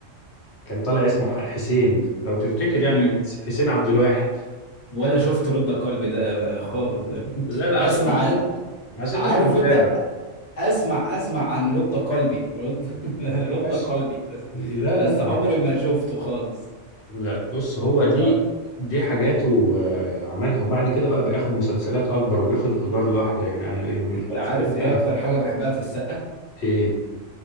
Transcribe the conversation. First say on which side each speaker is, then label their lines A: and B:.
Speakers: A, on the left; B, on the left.
A: كان طالع اسمه ح- حسين لو تفتكر يعني
B: مم.
A: حسين عبد الواحد
B: ولا شفت رد قلبي ده أب- خالص <laughs> ده.
A: لا لا عشان
B: اسمع
A: انت بس عشان
B: عارف
A: انت مش
B: انت
A: متابع
B: اسمع اسمع عن رد قلبي رد <laughs> رد
A: بس
B: قلبي بس
A: لا
B: بس
A: لا
B: عمري ما شفته خالص
A: لا بص هو دي
B: طب
A: دي حاجاته آه، عملها وبعد كده بقى بياخد مسلسلات اكبر وبياخد ادوار لوحده يعني قال إيه، من
B: انت
A: الالفينات
B: عارف
A: بقى
B: ايه اكتر حاجه بحبها في السقا
A: ايه